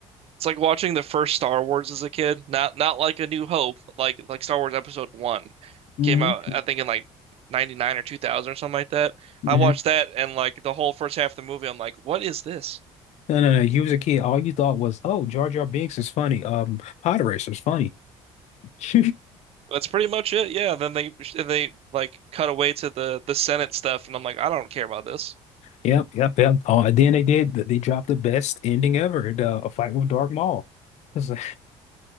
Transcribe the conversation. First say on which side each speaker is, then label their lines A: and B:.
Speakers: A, on the right; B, on the left.
A: It's like watching the first Star Wars as a kid. Not not like A New Hope, like like Star Wars Episode One
B: hmm
A: came out,
B: hmm
A: I think in like 99 or 2000 or something like that.
B: No,
A: I watched that and like the whole first half of the movie, I'm like, what is this?
B: no, no. You was a kid. All you thought was, oh, Jar Jar Binks is funny. Um, Pod Racer is funny. <laughs>
A: That's pretty much it. Yeah. Then they they like cut away to the the Senate stuff, and I'm like, I don't care about this.
B: Yep, yep, yep. Oh, and then they did. They dropped the best ending ever, the a fight with Dark Maul. It's like,